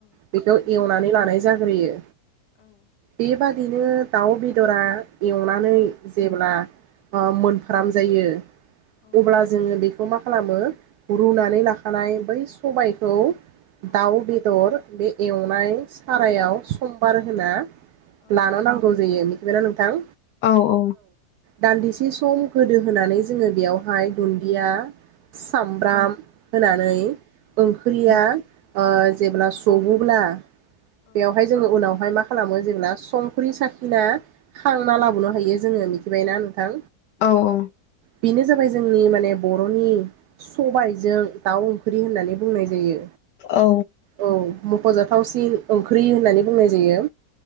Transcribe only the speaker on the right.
बेखौ एवनानै लानाय जाग्रोयो बेबा दिनो दाउ बेदरा एवनानै जेब्ला ओ मोनफ्राम जायो अब्ला जोङो बेखौ मा खालामो? रुनानै लाखानाय बै सबायखौ दाउ बेदर बे एवनाय सारायाव समबार होना लानो नांगौ जायो मिथिबायना नोंथां?
दान्दिसे सम गोदो होनानै जोङो बेयावहाय दुन्दिया सामब्राम होनानै ओंख्रिया ओ
जेब्ला सुवोब्ला बेवहाय जोङो उनावहाय मा खालामो जेब्ला संख्रि साखिना खांना लाबोनो हायो जोङो मिथिबायना नोंथां?
बेनो जाबाय जोंनि माने बरनि सबायजों दाउ ओंख्रि होननानै बुंनाय जायो।
औ मखजाथावसिन ओंख्रि होननानै बुंनाय जायो